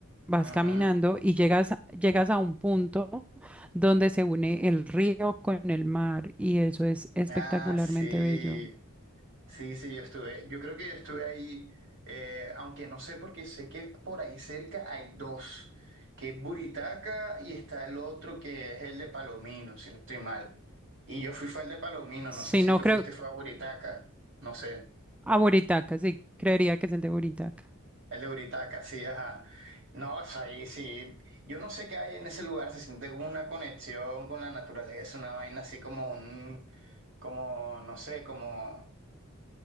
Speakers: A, in the centre; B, on the right (about 60°).
A: vas
B: ujú.
A: caminando y llegas, llegas a un punto donde se une el río con el mar y eso es espectacularmente
B: Ah, sí.
A: bello.
B: Sí, sí, yo estuve, yo creo que yo estuve ahí, eh, aunque no sé porque sé que por ahí cerca hay dos, que es Buritaca y está el otro que es el de Palomino, si no estoy mal. Y yo fui fue al de Palomino, no
A: Si
B: sé si
A: no
B: tú
A: creo,
B: fuiste fue a Buritaca, no sé,
A: a Buritaca, sí, creería que es el de Buritaca.
B: el de Buritaca, sí, ajá. No, o sea, ahí sí, yo no sé qué hay en ese lugar, se siente como una conexión con la naturaleza, una vaina así como un, como, no sé, como...